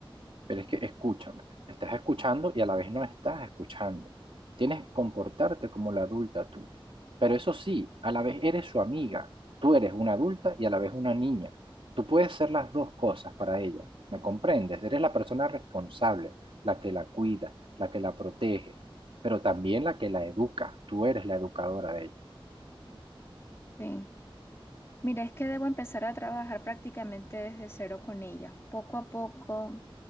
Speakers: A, on the right; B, on the left.
A: Pero es que escúchame, estás escuchando y a la vez no estás escuchando. Tienes que comportarte como la adulta tú. Pero eso sí, a la vez eres su amiga. Tú eres una adulta y a la vez una niña. Tú puedes ser las dos cosas para ella. ¿Me comprendes? Eres la persona responsable, la que la cuida, la que la protege, pero también la que la educa. Tú eres la educadora de ella.
B: Sí. Mira, es que debo empezar a trabajar prácticamente desde cero con ella, poco a poco,